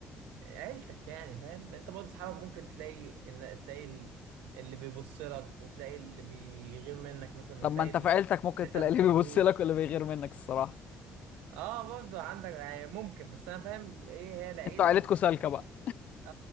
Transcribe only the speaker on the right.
عيلتك يعني فاهم انت برضه اصحابك ممكن تلاقي ان تلاقي ال- اللي بيبص لك وتلاقي اللي بيغير منك مثلا
وتلاقي
ال-
اللي انت
ما بتحبوش
اه برضه عندك يعني ممكن بس انا فاهم ايه هي العيله
يعني
اه